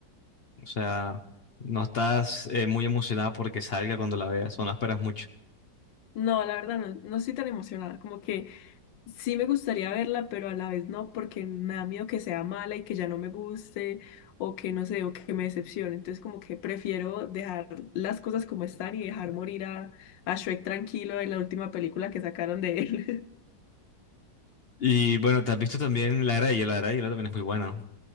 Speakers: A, on the left; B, on the left.
A: O sea, no estás eh, muy emocionada porque salga cuando la veas, o no esperas mucho.
B: No, la verdad no, no estoy tan emocionada, como que sí me gustaría verla, pero a la vez no, porque me da miedo que sea mala y que ya no me guste o que no sé, o que me decepcione. Entonces como que prefiero dejar las cosas como están y dejar morir a, a Shrek tranquilo en la última película que sacaron de él. <laughs>
A: Y bueno, te has visto también La Era de Hielo, La Era de Hielo también es muy buena.